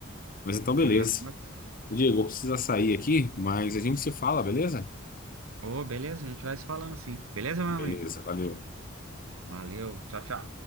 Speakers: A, on the left (about 45°); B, on the right (about 80°).
A: Mas então, beleza.
B: seria bem bacana.
A: Diego, eu vou precisar sair aqui, mas a gente se fala, beleza?
B: Ô, beleza, a gente vai se falando sim. Beleza, meu
A: Beleza,
B: amigo?
A: valeu.
B: Valeu, tchau, tchau.